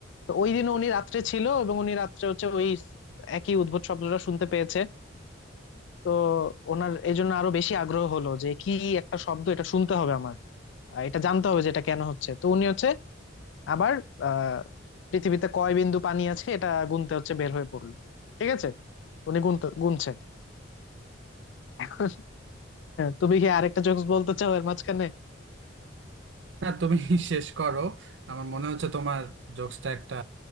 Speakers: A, on the left; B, on the right.
A: তো ওই দিন উনি রাত্রে ছিল এবং উনি রাত্রে হচ্ছে ওই একই উদ্ভট শব্দটা শুনতে পেয়েছে তো ওনার এই জন্য আরো বেশি আগ্রহ হলো যে কি একটা শব্দ এটা শুনতে হবে আমার আহ, এটা জানতে হবে যে এটা কেন হচ্ছে তো উনি হচ্ছে আবার আহ পৃথিবীতে কয় বিন্দু পানি আছে এটা গুনতে হচ্ছে বের হয়ে পড়লো ঠিক আছে উনি গুনতে গুনছে এখন তুমি কি আরেকটা জোকস বলতে চাও এর মাঝখানে
B: না তুমি শেষ করো আমার মনে হচ্ছে তোমার জোকসটা একটা